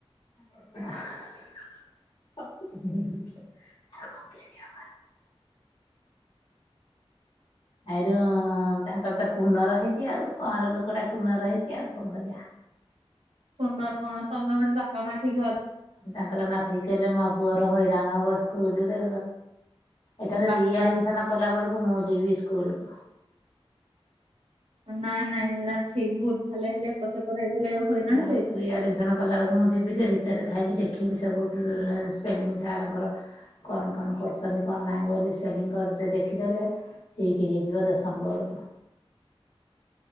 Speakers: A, on the left (about 75°); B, on the right (about 70°).
A: <unintelligible> <unintelligible> ଆଇଡୁ ତାଙ୍କର ତ କୂର୍ଣ୍ଣର ହେଇଛି ଆଉ କଣଁର ଲୋକଟା କୂର୍ଣର ହେଇଛି ଆଉ। କଣ କରିବା।
B: କୁନର କଣ ତମେ ଓଲଟି ବାପା ମା ଠିକି
A: ତାଙ୍କର ନାତି ହେଲେ ମୋ ପୁଅ। ହଇରାଣ ହବ ସ୍କୁଲରେ ଏଥର
B: ବାପା
A: ରିଆଡମିଶନ କଲା ବେଳକୁ। ମୁ ଯିବି ସ୍କୁଲକୁ।
B: ନାଇଁ ନାଇଁ ଏରା ଠିକ ଭାଲ ଭୁଲ। ହେଲେ ଏକର ସେକର ହେଇଗଲେ ହଇରାଣ
A: ଆଉ
B: ଯେ।
A: ରିଆଡମିସନ କଲା ବେଳକୁ ମୁଁ ଯିବି ଯେ ଭିତରେ ଥାଇକି ଦେଖିବି। ଏଠ ବି ସବୁ ସ୍ପେଲିଂ ସାର୍ ଙ୍କର କଣ କଣ କରୁଛନ୍ତି କଣ ନାହିଁ ବୋଲି ସ୍ପେଲିଂ କରି ଦେଖିଦେଲେ ଠିକ ହେଇଯିବ ଦଶମ ବେଳକୁ।